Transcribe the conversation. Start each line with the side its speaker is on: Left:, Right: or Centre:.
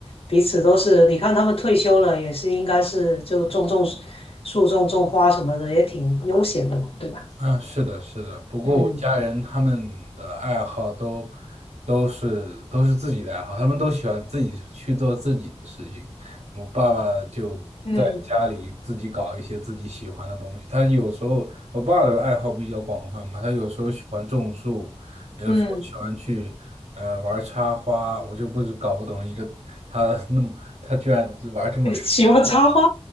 Left: 彼此都是。你看他们退休了，也是应该是就种种树、种种花什么的，也挺悠闲的嘛，对吧？
Right: 嗯，是的，是的。不过我家人他们的爱好都
Left: 嗯
Right: 都是都是自己的爱好，他们都喜欢自己去做自己的事情。我爸爸就在家里自己搞一些自己喜欢的东西。
Left: 嗯
Right: 他有时候，我爸的爱好比较广泛嘛，他有时候喜欢种树，有时候喜欢去呃玩插花。
Left: 嗯，
Right: 我就不是搞不懂一个他 <laughs> 那么他居然玩这么深，
Left: 诶喜欢插花，